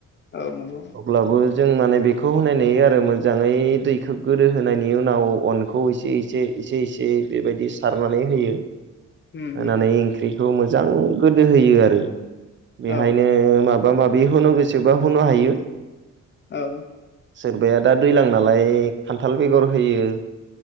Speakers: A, on the left (about 40°); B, on the right (about 40°).
A: औ नंगौ।
B: अब्लाबु जों माने बेखौ होनाय नुयो आरो मोजाङै दैखौ गोदो होनायनि उनाव अनखौ एसे एसे एसे इसे बेबायदि सारनानै होयो।
A: होम
B: होनानै
A: होम
B: ओंख्रिखौ मोजां गोदो होयो आरो बेहायनो
A: औ
B: मा बा माबि होनो गोसोबा होनो हायो।
A: औ।
B: सोरबाया दा दैलां नालाय खान्थाल बेगर होयो।